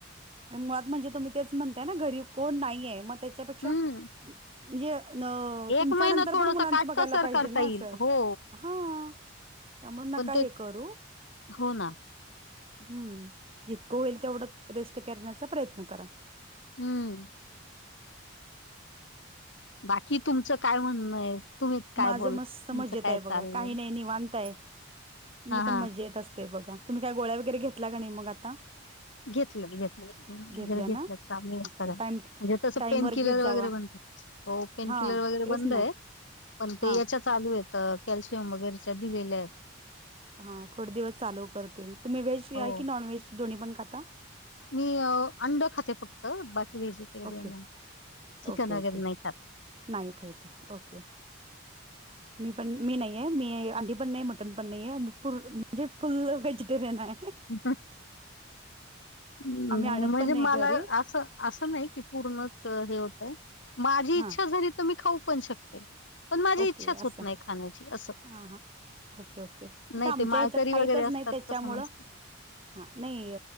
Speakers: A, on the right; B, on the left.
A: आणि मुळात म्हणजे, तुम्ही तेच म्हणताय ना. गरीब कोण नाहीेये. मग त्याच्यापेक्षा,
B: हम्म
A: म्हणजे न
B: एक
A: तुमच्या
B: महिना
A: नंतर
B: थोडस
A: पण, मुलांचं
B: काटकसर
A: बघायला पाहिजे
B: करता
A: ना,
B: येईल
A: असं.
B: हो
A: हा. त्यामुळ, नका
B: पण ते
A: हे करू.
B: हो ना
A: हम्म. जितकं होईल तेवढं, रेस्ट करण्याचा प्रयत्न करा.
B: हम्म. बाकी तुमचं काय म्हणणंय. तुम्ही काय
A: माझं
B: बोल,
A: मस्त
B: तुमचं
A: मजेत
B: काय
A: आहे
B: चाललंय?
A: बघा काही
B: <inaudible>
A: नाही निवांत आहे मी पण
B: हा
A: मजेत असते बघा. तुम्ही काय गोळ्या वगैरे घेतल्या का नाही, मग आता?
B: घेतल्यात, घेतल्यात. गोळ्या
A: घेतल्या
B: वगैरे घेतल्यात.
A: ना
B: चालूयत
A: ओके
B: सगळ्या.
A: टाइम
B: म्हणजे तसं,
A: टाइमवर
B: पेन किलर
A: घेत जावा
B: वगैरे बंदय. हो पेनकिलर
A: हा
B: वगैरे
A: तेच
B: बंदय.
A: ना
B: पण ते
A: हा
B: याच्यात चालू आहे कॅल्शियम वगैरेच्या दिलेल्या आहेत.
A: हा थोडे दिवस चालू करतील तुम्ही व्हेज या
B: हो
A: की नॉन व्हेज दोन्ही पण खाता
B: मी अंड खाते फक्त बाकी व ते कधी
A: ओके
B: चिकन
A: ओके ओके
B: वगैरे नाही खाते.
A: नाही खाहीतय ओके.
B: <unintelligible>
A: मी पण मी नाही आहेे मी अंी पण नाही मटन पण नाही आहे मी म्हणजे फुल व्हेजिटेरियन आहे.
B: ् म्हणजे
A: आम्ही आणत पण नाही
B: मला
A: घरी
B: असं. असं नाही की पूर्णच हे होतय माझी
A: हा
B: इच्छा झाली तर मी खाऊ पण शकते. पण माझी
A: ओके
B: इच्छाच होत
A: असं
B: नाही खाण्याची असं.
A: हा हा ओके ओके म्हणजे
B: नाही
A: आमच्या
B: ते माळकरी
A: ह्याच्यात काहीतच
B: वगैरे असतात
A: नाही त्याच्यामुळ.
B: तसं नसतं
A: हा नाही